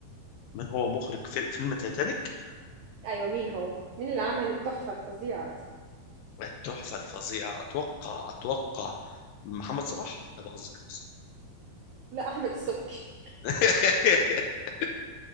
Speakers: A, on the left; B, on the right.
A: من هو مخرج في فيلم تايتانيك
B: ايوه مين هو مين اللي عمل التحفة الفظيعة دي
A: والتحفة الفظيعة أتوقع أتوقع محمد صلاح لا بهزر بس
B: لا احمد السبكي
A: <laughs>